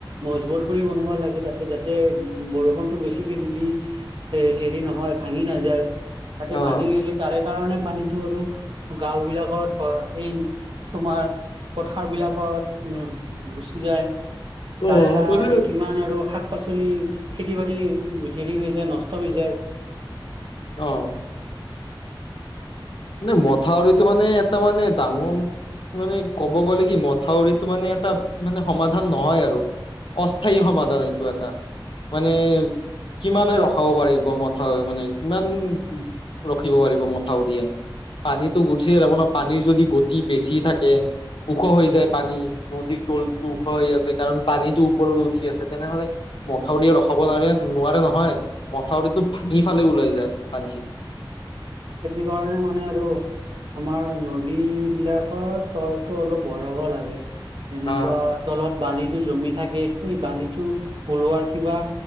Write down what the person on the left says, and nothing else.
অ
অ
মানে
অঁ' মানে মথাউৰিটো মানে এটা মানে ডাঙৰ- মানে ক'ব গ'লে কি মথাউৰিটো মানে এটাত মানে সমাধান নহয় আৰু। অস্থায়ী সমাধান এইটো এটা। মানে- কিমানে ৰখাব পাৰিব মথাউৰি মানে কিমান পাৰিব মথাউৰিয়ে? পানীটো গুচিয়ে যাব ন, পানীৰ যদি গতি বেছি থাকে ওখ হৈ যায় পানী- নদীৰ তলটো ওখ হৈ আছে কাৰণ পানীটো ওপৰলৈ উঠি আছে, তেনেহলে- মথাউৰিয়ে ৰখাব নোৱাৰে নোৱাৰে নহয় মথাউৰিটো ভাঙি ফালে ওলাই যায় পানীয়ে।
আহ